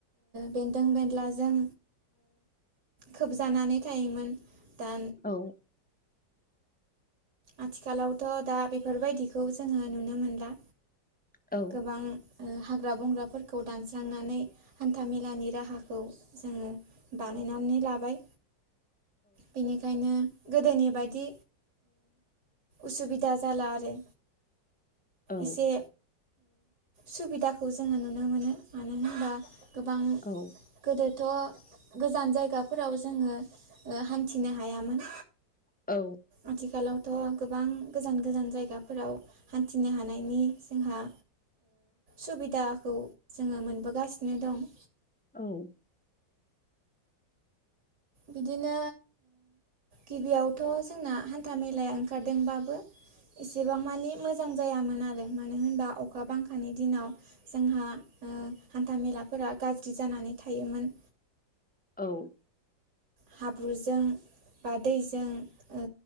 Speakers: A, on the right; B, in the centre.
A: बेन्दों बेन्लाजों खोबजानानै थायोमोन। दा
B: औ।
A: आथिखालावथ' दा बेफोरबायदिखौ जोङो नुनो मोनला।
B: औ
A: गोबां हाग्रा -बंग्राफोरखौ दानस्रांनानै हान्था- मेलानि राहाखौ जोङो बानाय गायनानै लाबाय बेनिखायनो गोदोनि बायदि उसुबिदा जाला आरो।
B: औ
A: एसे सुबिदाखौ जोङो नुनो मोनो। मानो होनबा गोबां
B: औ।
A: थ' गोजान जायगाफोराव जोङो हान्थिनो हायामोन।
B: औ
A: आथिखालाव थ' गोबां गोजान -गोजान जायगाफोराव हान्थिनो हानायनि जोंहा सुबिदाखौ जोङो मोनबोगासिनो दं।
B: औ।
A: बिदिनो गिबियावथ' जोंना हान्था- मेलाया ओंखारदोंबाबो एसेबां मानि मोजां जायामोन आरो। मानो होनबा अखा बांखानि दिनाव जोंहा हान्थाामेलाफोरा गाज्रि जानानै थायोमोन।
B: औ।
A: हाब्रुजों बा दैजों